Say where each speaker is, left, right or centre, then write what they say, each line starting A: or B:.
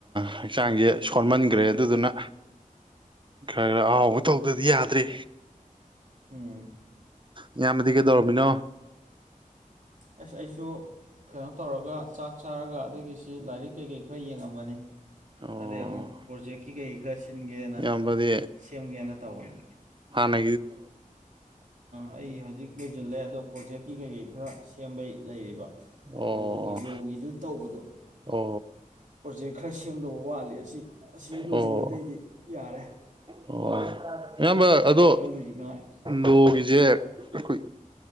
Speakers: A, on the right; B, on the right.
A: ꯍꯛꯆꯥꯡꯁꯦ ꯁꯣꯟꯃꯟꯈ꯭ꯔꯦ ꯑꯗꯨꯗꯨꯅ ꯈꯔ ꯈꯔ ꯑꯍꯥꯎꯕ ꯇꯧꯗ꯭ꯔꯗꯤ ꯌꯥꯗ꯭ꯔꯦ꯫
B: ꯎꯝ꯫
A: ꯏꯌꯥꯝꯕꯗꯤ ꯀꯩꯗꯧꯔꯕꯝꯃꯤꯅꯣ꯫
B: ꯑꯁ ꯑꯩꯁꯨ ꯀꯩꯅꯣ ꯇꯧꯔꯒ ꯆꯥꯛ ꯆꯥꯔꯒ ꯑꯗꯒꯤꯁꯤ ꯂꯥꯏꯔꯤꯛ ꯀꯩꯀꯩ ꯈꯔ ꯌꯦꯡꯉꯝꯕꯅꯤ꯫
A: ꯑꯣ
B: ꯑꯗꯩ ꯑꯃꯨꯛ ꯄ꯭ꯔꯣꯖꯦꯛꯀꯤ ꯀꯩ ꯈꯔ ꯁꯤꯟꯒꯦꯅ
A: ꯏꯌꯥꯝꯕꯗꯤ
B: ꯁꯦꯝꯒꯦꯅ ꯇꯧꯕꯅꯤ
A: ꯍꯅꯣ
B: ꯑꯩ ꯍꯧꯖꯤꯛ ꯂꯣꯏꯁꯤꯜꯂꯦ ꯑꯗꯣ ꯄ꯭ꯔꯣꯖꯦꯛꯀꯤ ꯀꯩꯀꯩ ꯈꯔ ꯁꯦꯝꯕꯩ ꯂꯩꯔꯤꯕ
A: ꯑꯣ
B: ꯂꯣꯒꯤ ꯂꯣꯒꯤꯗꯨꯅ ꯇꯧꯕꯗꯣ
A: ꯑꯣ
B: ꯄ꯭ꯔꯣꯖꯦꯛ ꯈꯔ ꯁꯦꯝꯗꯧꯕ ꯋꯥꯠꯂꯤ ꯑꯁꯤ ꯑꯁꯤ ꯂꯣꯏꯁꯤꯜꯂꯗꯩꯗꯤ
A: ꯑꯣ ꯑꯣ
B: ꯌꯥꯔꯦ
A: ꯑꯣ ꯑꯌꯥꯝꯕ ꯑꯗꯣ
B: ꯁꯤꯃ ꯂꯣꯏꯁꯤꯟꯅꯉꯥꯏ
A: ꯂꯣꯒꯤꯁꯦ ꯑꯩꯈꯣꯏ